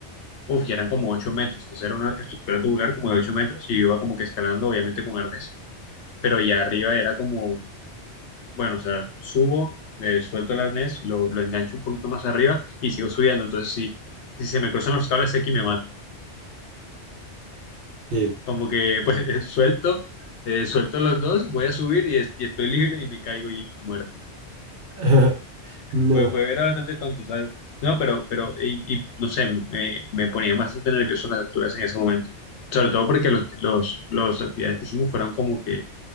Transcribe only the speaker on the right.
Sí.
<laughs> Ajá. No.